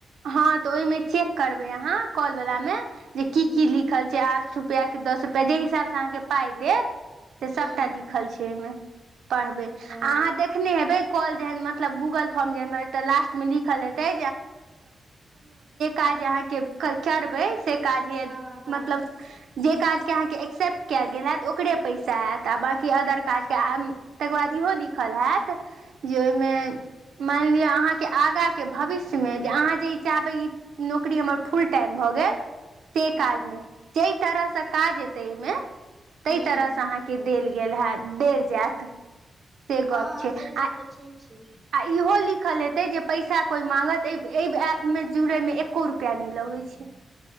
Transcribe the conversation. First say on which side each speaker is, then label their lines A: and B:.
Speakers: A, on the right; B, on the right.
A: हँ तऽ ओहि मे चेक करबै अहाँ कॉल वाला मे जे की
B: हूँ
A: की लिखल आठ रूपया की दस रुपया कि जे हिसाब से अहाँके पाइ देत से सभटा
B: हूँ
A: लिखल छै ओहिमे पढ़बै
B: ओ
A: आ अहाँ देखने हेबै काॅल जेहन मतलव गुगल फोर्म जेहन लास्ट मे लिखल हेतै काज अहाँके करबै से काज ये
B: हँ हँ
A: मतलब जे काज के अहाँके एक्सेप्ट कयल गेल हेत ओकरे पैसा आयत आ बाँकी अदर काजके आ। तकर बाद इहो लिखल हैत जे ओहिमे। मानि लिअ अहाँके आगा के भविष्य। अहाँ जे ई चाहबै ई नौकरी हमर फुल टाइम भऽ गेल से
B: हँ
A: काज नै। जाहि तरह से काज एते एहिमे ताहि
B: हूँ
A: तरह से अहाँके। के देल गेल हैत देल जायत। से गप
B: हँ
A: छै
B: से सब
A: आ
B: तऽ ठीक छै।
A: आ इहो लिखल हेतै जे पैसा कोई मांगत एहि ऐप मे जुड़यमे एक्को रुपया नय लगै छै।